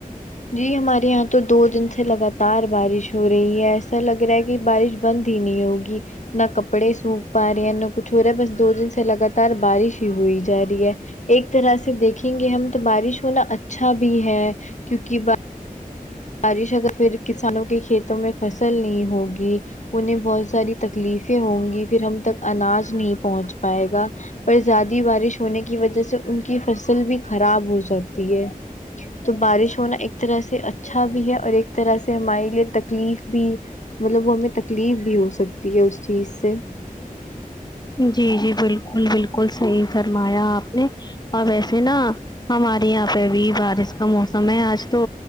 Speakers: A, on the left (about 55°); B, on the left (about 30°).
A: جی ہمارے یہاں تو دو دن سے لگاتار بارش ہو رہی ہے ایسا لگ رہا ہے کہ بارش بند ہی نہیں ہوگی نہ کپڑے سو پا رہی ہیں ن کچھ ہو رہا ہے بس دو دن سے لگاتار بارش ہی ہوئی جا رہی ہے ایک طرح سے دیکھیں گے ہم تو بارش ہونا اچھا بھی ہے کیونکہ بارش ا تو پھر کسانوں کے کھیتوں میں فصل نہیں ہوگی انہیں بہت ساری تکلیفیں ہوں گی پھر ہم تک اناج نہیں پہنچ پائے گا پر زیادی بارش ہونے کی وجہ سے ان کی فصل بھی خراب ہو سکتی ہے تو بارش ہونا ایک طرح سے اچ اچھا بھی ہے اور ایک طرح سے ہمارے لیے تکلیف بھی مطلب وہ ہمیں تکلیف بھی ہو سکتی ہے اس چیز سے
B: جی جی بالکل بالکل صحیح فرمایا آپ نے اور ویسے نا ہمارے یہاں پہ بھی بارش کا موسم ہے آج تو